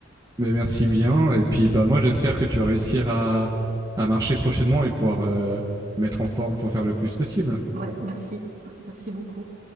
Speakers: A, on the right; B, on the right.
A: Mais merci bien. Et puis, bah, moi, j'espère que tu vas réussir à, à marcher prochainement et pouvoir euh, mettre en forme pour faire le plus possible.
B: Ouais, merci. <laughs> Merci beaucoup.